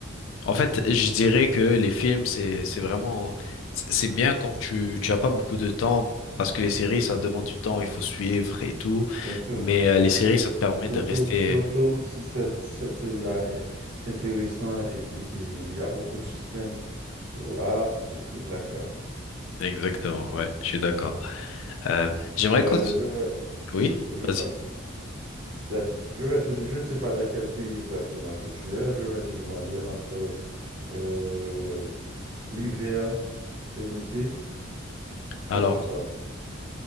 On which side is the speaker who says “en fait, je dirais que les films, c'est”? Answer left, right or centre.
Left